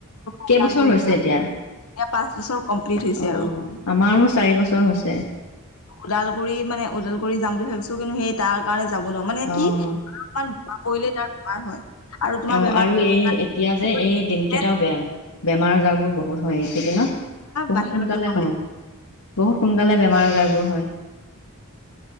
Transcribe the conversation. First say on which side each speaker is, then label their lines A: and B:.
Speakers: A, on the left (about 70°); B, on the left (about 85°).
A: ওদালগুৰি
B: কেইবছৰ হৈছে
A: যাম।
B: এতিয়া?
A: এতিয়া পাঁচ বছৰ কমপ্লিট হৈছে
B: অ
A: আৰু
B: আমাৰো চাৰি বছৰ হৈছ-
A: ওদালগুৰি মানে ওালগুৰি যাম বুলি ভাবিছোঁ কিন্তু সেই তাৰ কাৰণে যাব নোৱাৰো মানে
B: অ',
A: কি অমান পৰিলে তাৰ বেমাৰ হয় আৰু তোমাৰ
B: অ',
A: বেমাৰ
B: আৰু এই এতিয়া যে
A: <unintelligible>
B: এই দিনকেইটাও বেয়া। বেমাৰ আজাৰ বোৰ বহুত হয় এইকেইদিনত, বহুত
A: বাহিৰত
B: সোনকালে
A: দেখুৱাব
B: হয়।
A: লাগে
B: বহুত সোনকালে বেমাৰ আজাৰবোৰ হয়।